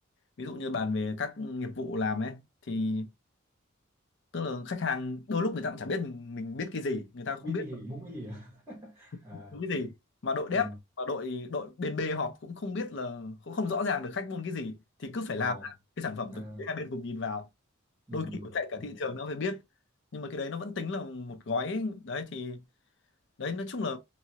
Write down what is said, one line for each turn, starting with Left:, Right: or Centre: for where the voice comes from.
Left: ví dụ như bàn về các nghiệp vụ làm ấy thì tức là khách hàng đôi lúc người ta cũng chả biết mình, mình biết cái gì người ta không
Right: biết
Left: biết
Right: cái gì muốn cái gì à <laughs> à
Left: môn cái gì mà đội
Right: ừ
Left: dev và đội đội bên B họp cũng không biết là cũng không rõ ràng được khách muốn cái gì thì cứ phải
Right: ồ
Left: làm ra cái sản phẩm
Right: à
Left: thực tế hai bên cùng nhìn vào
Right: ừ
Left: đôi
Right: ừ
Left: khi cũng chạy cả
Right: ừ.
Left: thị trường nó mới biết nhưng mà cái đấy nó vẫn tính là một gói ấy. đấy thì đấy nói chung là